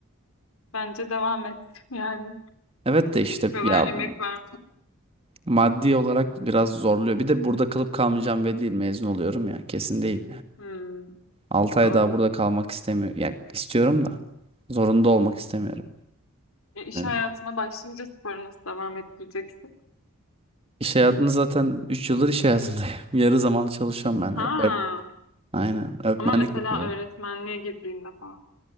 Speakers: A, on the left; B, on the right.
A: Bence devam et. <laughs> Yani
B: Evet de işte
A: bu kadar
B: ya
A: emek ver.
B: maddi olarak biraz zorluyor. Bir de burada kalıp kalmayacağım belli değil. Mezun oluyorum ya. Kesin değil.
A: Hı.
B: 6 ay
A: Doğru.
B: daha burada kalmak istemiyorum. Yani istiyorum da zorunda olmak istemiyorum.
A: E, iş
B: Öyle.
A: hayatına başlayınca sporu nasıl devam ettireceksin?
B: İş hayatını zaten 3 yıldır iş hayatındayım. <laughs> Yarı zamanlı çalışıyorum ben
A: Ha.
B: hep. Öğretmenlik Aynen. Öğretmenlik
A: Ama mesela
B: yapıyorum.
A: öğretmenliğe girdiğinde falan.